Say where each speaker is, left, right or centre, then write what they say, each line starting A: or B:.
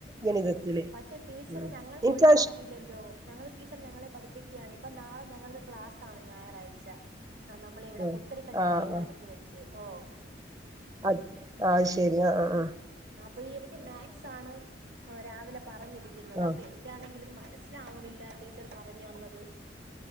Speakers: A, on the right; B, on the right.
A: ഗണിതത്തില്
B: പക്ഷെ ടീച്ചറ്
A: ഉം
B: ഞങ്ങൾ
A: എനിക്കത്
B: ഒഴിവാക്കിയില്ലല്ലോ
A: ഇഷ്
B: ഞങ്ങൾ ടീച്ചർ ഞങ്ങളെ പഠിപ്പിക്കുകയാണ് ഇപ്പൊ നാളെ ഞങ്ങക്ക് ക്ലാസ്സാണ് ഞായറാഴ്ച ആ നമ്മള ഇവിടെ
A: ആഹ്
B: പുത്തരിക്കണ്ട
A: ആഹ്
B: മൈതാനത്ത്
A: ആഹ്
B: വെച്ച് ഓ
A: അത് ആ ശരി ആ ആ <unintelligible>
B: അപ്പൊ ഈ എനിക്ക് മാത്സ് ആാണ് രാവിലെ പറഞ്ഞിരിക്കുന്നത്
A: ആ
B: അപ്പൊ എനിക്കാണെങ്കിൽ ഇത് മനസ്സിലാവണില്ല ടീച്ചർ പറഞ്ഞു തന്നത്